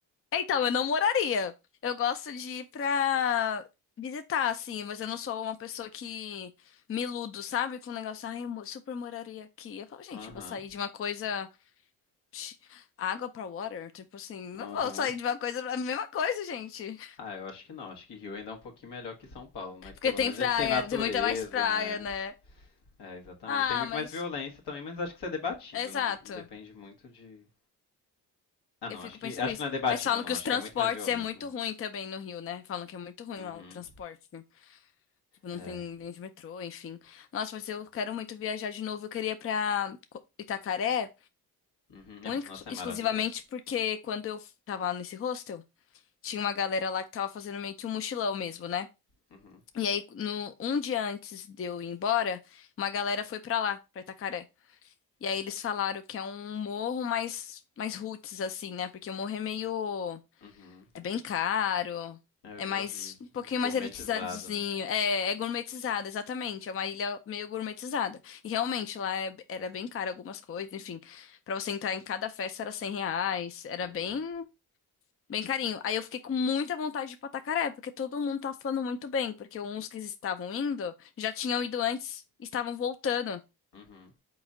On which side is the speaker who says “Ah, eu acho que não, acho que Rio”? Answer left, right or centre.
Left